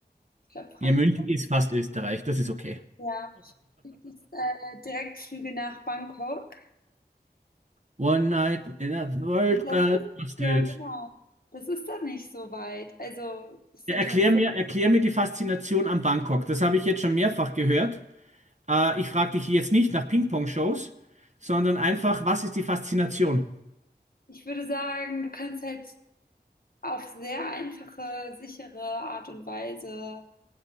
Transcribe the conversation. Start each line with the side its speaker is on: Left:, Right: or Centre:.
Left: ich glaube, Frankfurt,
Right: Ja, München ist fast Österreich, das ist okay.
Left: ja, gibt es äh, Direktflüge nach Bangkok.
Right: One night in a world
Left: Und das
Right: got
Left: ist,
Right: busted.
Left: ja, genau. Das ist dann nicht so weit. Also, es sind,
Right: Ja, erklär mir, erklär mir die Faszination an Bangkok. Das habe ich jetzt schon mehrfach gehört. Äh, ich frage dich jetzt nicht nach Ping-Pong-Shows, sondern einfach, was ist die Faszination?
Left: ich würde sagen, du kannst halt auf sehr einfache, sichere Art und Weise